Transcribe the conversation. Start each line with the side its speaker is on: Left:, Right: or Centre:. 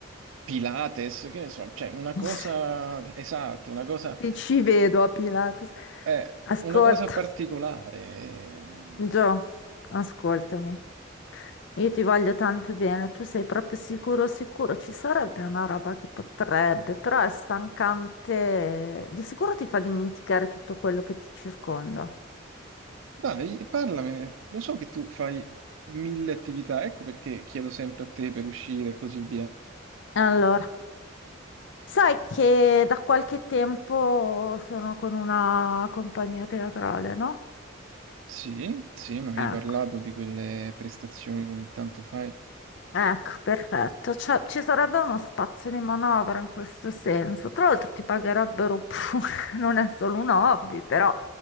Right: Pilates, che ne so, cioè una cosa
Left: <laughs>
Right: esatta, una cosa,
Left: Ti ci vedo a Pilates.
Right: eh,
Left: Ascolta,
Right: una cosa particolare. ehm.
Left: Gio, ascoltami. Io ti voglio tanto bene, tu sei proprio sicuro, sicuro, ci sarebbe una roba che potrebbe, però è stancante, di sicuro ti fa dimenticare tutto quello che ti circonda.
Right: Dai, parlamene, lo so che tu fai mille attività, ecco perché chiedo sempre a te per uscire e così via.
Left: Allora, sai che da qualche tempo sono con una compagnia teatrale, no?
Right: Sì, sì, ma avevi
Left: Ecco.
Right: parlato di quelle prestazioni che ogni tanto fai.
Left: Ecco, perfetto. Cioè, ci sarebbe uno spazio di manovra in questo senso. Tra l'altro ti pagherebbero pure, <laughs> non è solo un hobby, però